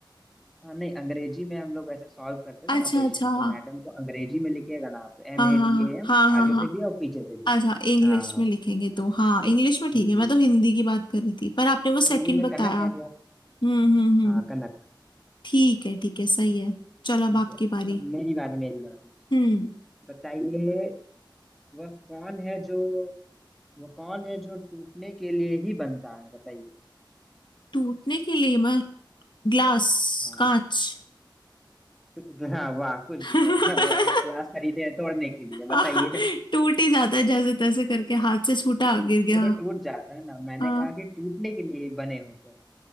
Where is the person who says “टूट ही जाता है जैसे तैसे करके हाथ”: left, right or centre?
Left